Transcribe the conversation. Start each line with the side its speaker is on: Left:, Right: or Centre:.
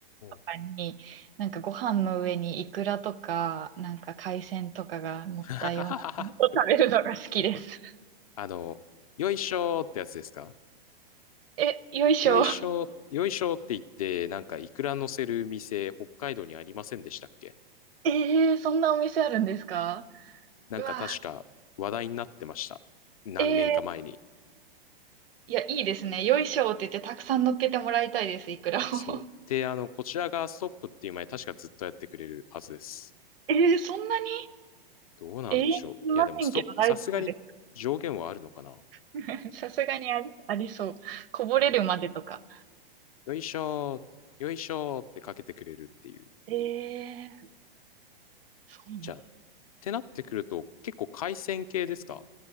Right: とかに、
Left: ー。
Right: なんかご飯の上にイクラとか、なんか海鮮とかが乗ったようなものを食べるのが好きです。
Left: <laughs> あの、よいしょーってやつですか
Right: え、よいしょ。
Left: よいしょー、よいしょーって言って、なんかいくら乗せる店、北海道にありませんでしたっけ
Right: えー、そんなお店あるんですか
Left: なんか確か話題になってました。
Right: うわ。
Left: 何年か前に。
Right: えーいや、いいですね。よいしょって言ってたくさん乗っけてもらいたいです、いくらを。<laughs>
Left: そう。で、あの、こちらがストップっていう前、確かずっとやってくれるはずです。
Right: えー、そんなに
Left: どうなんでしょう。
Right: ええいませんけど大丈夫で
Left: いや、でもストップ、さすがに上限はあるのかな
Right: す。<laughs> さすがにあり、ありそう。こぼれるまでとか。
Left: ありよいしょー、よいしょーってかけてくれるっていう。
Right: えー、そうなん、
Left: じゃあ、ってなってくると、結構海鮮系ですか